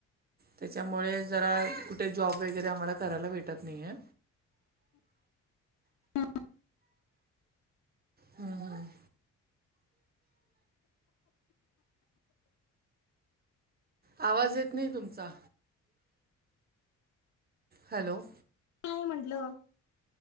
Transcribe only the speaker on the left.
हा.
काय म्हटलं?